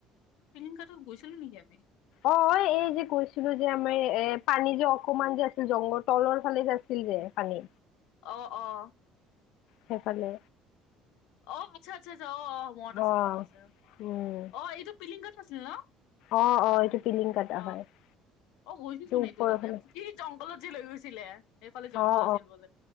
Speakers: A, on the left; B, on the left.
A: টং কত গৈছিলো নেকি আমি <inaudible>
B: অ' এই যে কৈছিলো যে আমাৰ এ' পানী যে অকমান যে আছিল জংঘল তলৰ ফালে যে আছিল যে পানী।
A: অঁ অঁ।
B: সেইফালে।
A: অ' আচ্ছা আচ্ছ আচ্ছ অ মনত আছে
B: অ
A: মনত আছে
B: উম
A: অ এইটো পিলিংঘাট আছিল ন?
B: অ অ এইটো পিলিং কটা
A: অ
B: হয় <inaudible>
A: অ' গৈছো চোন
B: ওপৰৰ
A: এইটো তাতে
B: ফালে
A: এই জংঘলত যে লৈ গৈছিলে সেইফালে জংঘল
B: অঁ
A: আছিল বোলে।